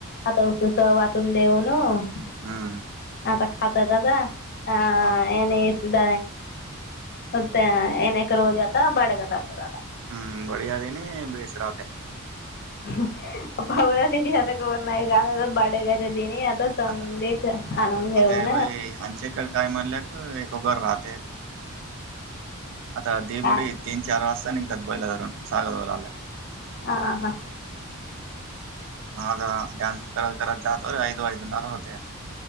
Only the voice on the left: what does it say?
आता तस वाटून देऊन आता
-- खाता दादा. ह.
अणे द मत येनक रोज आता बडगततदला --
<unintelligible> संधीत
आणून घेऊन
काय
आ हा हा.